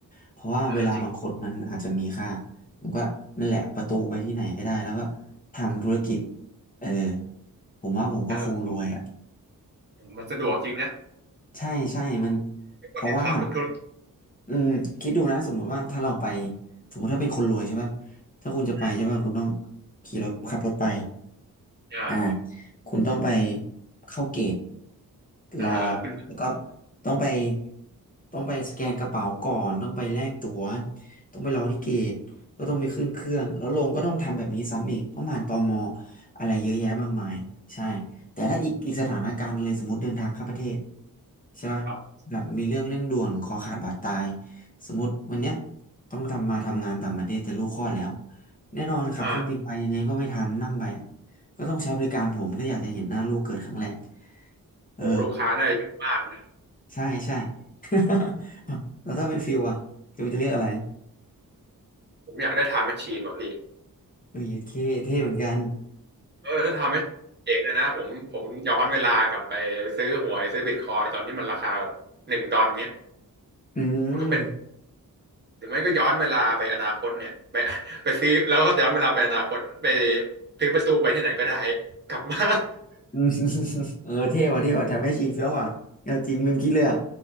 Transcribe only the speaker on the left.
เพราะว่าเวลาบางคนมันอาจจะมีค่า
ผมก็นั่นแหละ ประตูไปที่ไหนก็ได้แล้วก็ทำธุรกิจเออผมว่าผมก็คงรวยอ่ะ
ใช่ใช่มัน
เพราะว่าอืมคิดดูนะ สมมุติว่าถ้าเราไป สมมุติถ้าเป็นคนรวยใช่ป่ะถ้าคุณจะไปใช่ป่ะคุณต้อง
ขี่รถขับรถไป
อ่าคุณต้องไปเข้าเกต
รอแล้วก็ต้องไปต้องไปสแกนกระเป๋าก่อนต้องไปแลกตั๋วต้องไปรอที่เกตก็ต้องไปขึ้นเครื่องแล้วลงก็ต้องทำแบบนี้ซ้ำอีกต้องผ่านตมอะไรเยอะแยะมากมายใช่แต่ถ้าอีกอีกสถานการณ์หนึ่งเลยสมมติเดินทางข้ามประเทศใช่ปะแบบมีเรื่องเร่งด่วนคอขาดบาดตาย
สมมติวันเนี้ยต้องทำมาทำงานต่างประเทศแต่ลูกคลอดแล้วแน่นอนขับเครื่องบินไปยังไงก็ไม่ทันนั่งไป
ก็ต้องใช้บริการผมถ้าอยากจะเห็นหน้าลูกเกิดครั้งแรกเออ
ใช่ใช่ <laughs> อ้าวแล้วถ้าเป็นฟิวอะฟิวจะเรียกอะไร
เออเคเท่เหมือนกัน
อืม
<laughs>
อืมเออเท่ว่ะเท่ว่ะทำให้ชินเฟี้ยวว่ะเออจริงลืมคิดเลยอ่ะ